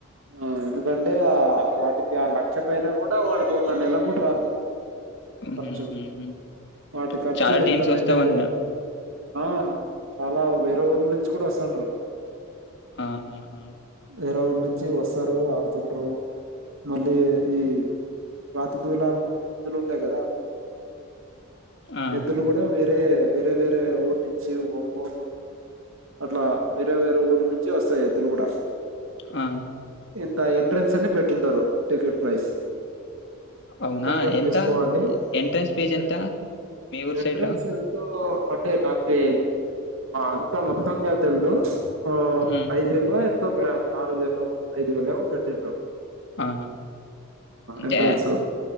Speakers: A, on the right; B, on the left.
A: ఆ ఎందుకంటే ఆ వాటికి ఆ లక్ష పైన కూడా వాడికి ఒక నెల గుడా రాదు
B: హ్మ్.
A: ఖర్చు
B: హ్మ్. హ్మ్.
A: వాటి ఖర్చు
B: చాలా టీమ్స్
A: ఎంత మెయింటైన్
B: వస్తావన్న
A: చేయాలి ఆ చాలా వేరే ఊర్ నుంచి కూడా వస్తంటారు
B: ఆహాహా
A: వేరే వాఊళ్ళ నుంచి వస్తారు ఆడుతుంటారు మళ్ళీ ఈ రాతి దూలాలు కూడా ఎందులో ఉంటాయి కదా
B: ఆ!
A: ఎదులు కూడా వేరే వేరే వేరే ఊరు నుంచి ఒంగోలు అట్లా వేరే వేరే ఊర్ల నుంచి వస్తాయి ఎద్దులు కూడా
B: ఆ
A: ఇంత ఎంట్రెన్స్ అని పెట్టింటారు టికెట్ ప్రైస్
B: అవునా?
A: టికెట్
B: ఎంత?
A: తీసుకోవాలి
B: ఎంట్రన్స్ ఫీజ్
A: అంటే
B: ఎంత మీ ఊరు
A: ఎంట్రెన్స్
B: సైడ్‌లో?
A: ఎంతో అంటే నాకు అంతా మొత్తంగా తెలిదు ఆ
B: హ్మ్.
A: ఐదు వేలు మ నాలుగు వేలు ఐదు వేలవ పెట్టది్రు
B: ఆ అంటే
A: ఎంట్రన్స్